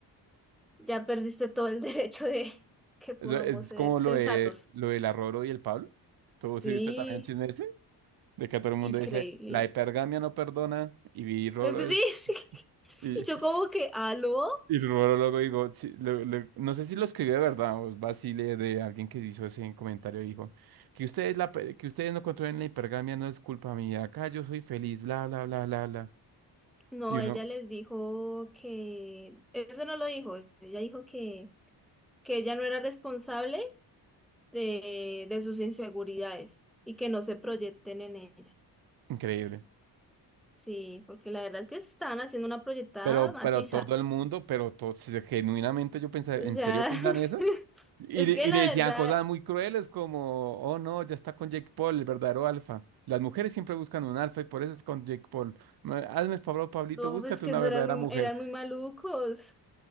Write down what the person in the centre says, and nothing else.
Ya perdiste todo el <laughs> derecho de que podamos
ser
sensatos.
Sí,
increíble.
Me- pues
Sí, <laughs> sí.
Y yo como que, ¿aló?
No,
ella les dijo que, eso no lo dijo, ella dijo que, que ella no era responsable de, de sus inseguridades y que no se proyecten en ella.
Sí, porque la verdad es que se estaban haciendo una proyectada
maciza.
O
sea,
<laughs>
es
que
la
verdad,
no,
es que
eso
eran muy,
eran muy malucos.